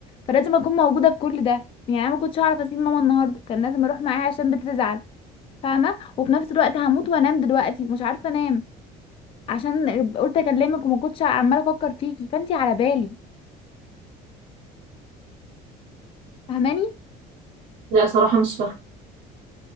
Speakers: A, on the left; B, on the right.
A: فلازم اكون موجوده في كل ده يعني انا ما كنتش هعرف اسيب ماما النهارده كان لازم اروح معاها عشان بتزعل فاهمه وفي نفس الوقت هموت وانام دلوقتي مش عارفه انام عشان قلت اكلمك وما كنتش عماله افكر فيكي فانتي على بالي فاهماني
B: لا صراحة مش فاهمة